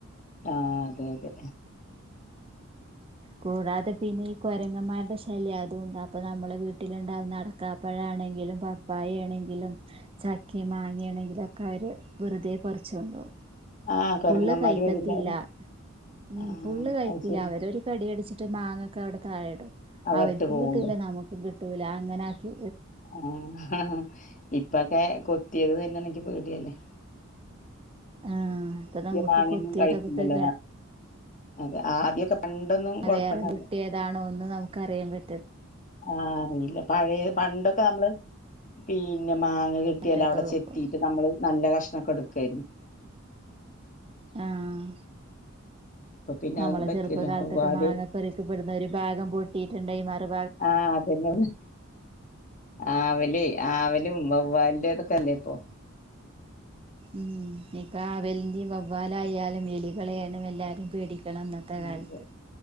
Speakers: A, on the left; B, on the right.
A: ആഹ അതെ അതെ
B: കൂടാതെ പിന്നെ ഈ കുരങ്ങമാരുടെ ശല്യം അത ഉണ്ട് അപ്പൊ നമ്മുടെ വീട്ടിലുണ്ടാവുന്ന അടക്കാപ്പഴ ആണെങ്കിലും പപ്പായ ആണെങ്കിലും ചക്കി മാങ്ങ ആണെങ്കിലും ഒക്കെ അവര് വെറുതെ കുറച്ച് വന്ന
A: ആഹ് കുരങ്ങന്മാര്
B: ഫുള്ള് കഴിക്കത്തില്ല
A: വരില്ല അവിടെ
B: ഉ
A: ആഹ്
B: ഫുള്ള് കഴിക്കില്ല
A: അത് ശരി
B: അവരരു കടട മറ്റ് മാങ്ങ ഒക്കെ അവിടൊഴെടും
A: അവിടെ
B: അവർക്കും
A: ഇട്ട് പോവുല്ലേ
B: കിട്ടൂില്ല നമുക്കും കിട്ടും കട്ടല അങ്ങനെ ആക്കി
A: ആ ഇപ്പൊക്കെ കൊ കിട്ടിയത് തന്നെയാണനിക്ക് പോേണ്ടിയല്ലേ
B: ആഹ ഇപ്പൊ നമുക്ക്
A: മാങ്ങയൊന്നും
B: കൊത്തിയതൊക്കെ
A: കഴിക്കില്ലല്ലോ
B: കയി
A: മ- അതെ ആ ആദ്യൊക്കെ പണ്ടൊന്നും കൊഴപ്പണ്ടാവില്ല
B: വേറെ വിട്ടിയതാണോന്ന് നമുക്കറിയാൻ പറ്റത്
A: ആഹ അയില്ല പഴയ പണ്ടൊക്കെ നമ്മള് പി മാങ്ങ കിട്ടിയാല
B: പറ്റത്തുള്ളൂ
A: അവിടെ ചെത്തിീയിട്ട്
B: ഇപ്പൊ
A: നമ്മള് നല്ല കഷ്ട ൊക്കെ എടുക്കായിരുന്നു
B: ആഹ
A: ഇപ്പൊ പിന്നെ
B: നമ്മളെ
A: അതൊന്നും പറ്റില്ലല്ലോ
B: ചെറുപ്പകാലത്തൊക്കെ
A: വവ്വാല്
B: മാങ്ങ പക്കപ്പെടുന്ന ഒരു ഭാഗം പൂട്ടിയിട്ടുണ്ടായി മറി
A: ആഹ അതന്നെ ആവല് ആവലും വവ്വാലിന്റെതൊക്കെല്ലേ കുത്തോ
B: ഉം ഇപ്പ അവലിറെ വവ്വാലായാലും എലികളെയണ എല്ലാരും പേടിക്കും ണം അന്നത്തെ
A: ആ,
B: കാലത്ത്
A: അതെ.